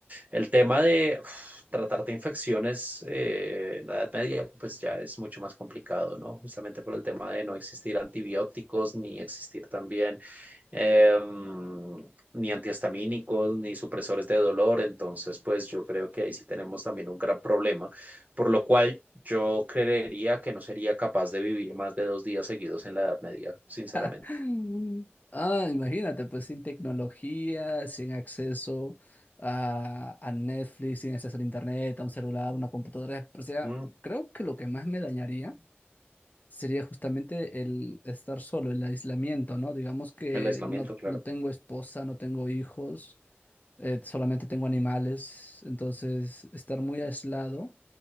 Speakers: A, on the right; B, on the left.
A: El tema de uf, tratar de infecciones eh, en la Edad Media, pues ya es mucho más complicado, ¿no? Justamente por el tema de no existir antibióticos ni existir también em, ni antihistamínicos, ni supresores de dolor. Entonces, pues yo creo que ahí sí tenemos también un gran problema, por lo cual yo creería que no sería capaz de vivir más de dos días seguidos en la Edad Media, sinceramente.
B: <laughs> Mm. Ah, imagínate, pues sin tecnología, sin acceso a, a Netflix, sin acceso a internet, a un celular, una computadora. O sea,
A: Mm,
B: creo que lo que más me dañaría sería justamente el estar solo, el aislamiento, ¿no? Digamos que
A: el aislamiento,
B: no,
A: claro.
B: no tengo esposa, no tengo hijos. eh, solamente tengo animales, entonces estar muy aislado,